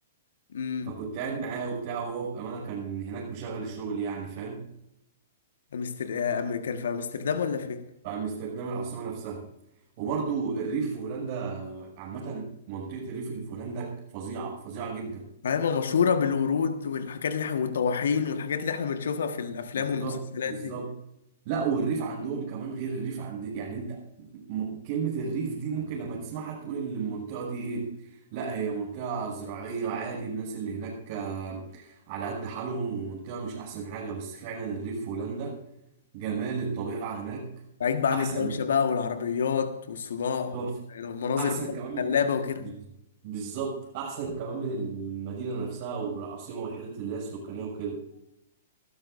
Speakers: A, on the left (about 70°); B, on the right (about 45°).
A: امم
B: فكنت قاعد معاه وبتاع وهو بامانه كان هناك مشغل الشغل يعني فاهم
A: أمستر... آه، أم- كان في امستردام ولا فين
B: في امستردام العاصمه نفسها وبرضو الريف في هولندا عامه منطقه الريف اللي في هولندا فظيعه فظيعه جدا
A: عايمة مشهورة بالورود والحاجات اللي احنا والطواحين والحاجات اللي احنا بنشوفها في الأفلام
B: بالظبط
A: والمسلسلات
B: بالظبط
A: دي
B: لا والريف عندهم كمان غير الريف عند يعني انت م... كلمة الريف دي ممكن لما تسمعها تقول ان المنطقة دي ايه لا هي منطقة زراعية عادي الناس اللي هناك آه، على قد حالهم ومنطقة مش احسن حاجة بس فعلا الريف في هولندا جمال الطبيعة هناك
A: بعيد بقى
B: احسن
A: عن الدوشة بقى والعربيات والصداع
B: تحفة
A: يعني المناظر
B: احسن
A: بقى
B: كمان
A: خلابة وكده
B: من بالظبط احسن كمان من المدينة نفسها والعاصمة والحتت اللي هي السكانية وكده